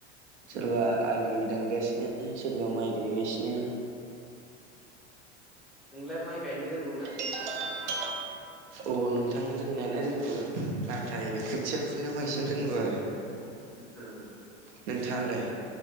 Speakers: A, on the right; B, in the centre.
A: सोरबा आलि दानगासिनो सोरबा माइ गायगासिनो।
B: नोंलाय माइ गायनो रोंगौ ना
A: <unintelligible> औ नोंथां रोंनायालाय रोंगौ नाथाय खोथियाखौनो बांसिन रोंगौ आरो।
B: ओम।
A: नोंथाङालाय